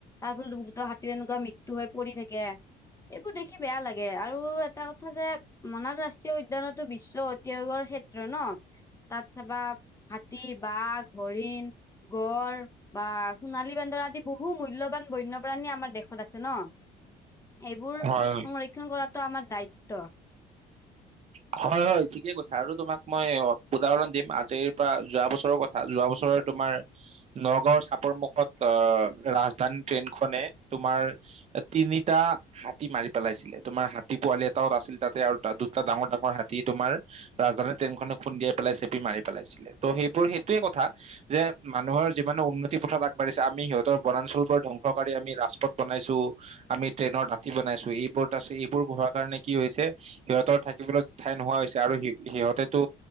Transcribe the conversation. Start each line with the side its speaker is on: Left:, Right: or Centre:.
Left: তাৰপিছত বুতৰ হাতীৰে এনেকুৱা ম মৃত্যু হয় পৰি থাকে। এইবোৰ দেখি বেয়া লাগে আৰু এটা কথা যে মনাক ৰাষ্ট্ৰীয় উদ্যানতো বিশ্ব ঐতি আয়োগৰ ক্ষেত্ৰ ন তাত চাবা হাতী বাঘ হৰিণ গড় বা সোণালী বান্দৰ আদি বহু মূল্যবান বন্যপ্ৰাণী আমাৰ দেশত আছে। ন এইবোৰ সংৰক্ষণ
Right: হয়
Left: কৰাটো আমাৰ দায়িত্ব।
Right: উম হয় - হয় ঠিকে কৈছে আৰু তোমাক মই উদাহৰণ দিম আজিৰ পৰা যোৱা বছৰৰ কথা যোৱা বছৰৰ তোমাৰ নগাওৰ চাপৰ মুখত আহ ৰাজধানী ট্ৰেইনখনে তোমাৰ তিনিটা হাতী মাৰি পেলাইছিলে তোমাৰ হাতী পোৱালি এটাওত আছিল তাতে আৰু এটা ডাঙৰ - ডাঙৰ হাতী তোমাৰ ৰাজধানী ট্ৰেইনখনে খুন্দিয়াই পেলাই চেপি মাৰি পেলাইছিলে ত সেইবোৰ সেইটোৱে কথা। যে মানুহৰ যিমানে উন্নতি পথত আগবাঢ়িছে আমি সিহতৰ বনাঞ্চল বোৰ ধ্বংসকাৰী আমি ৰাজপথ বনাইছো আমি ট্ৰেইনৰ দাতি বনাইছো এইবোৰত আ এইবোৰ হোৱা কাৰণে কি হৈছে সিহতৰ থাকিবলৈ ঠাই নোহোৱা হৈছে আৰু সিহতেতো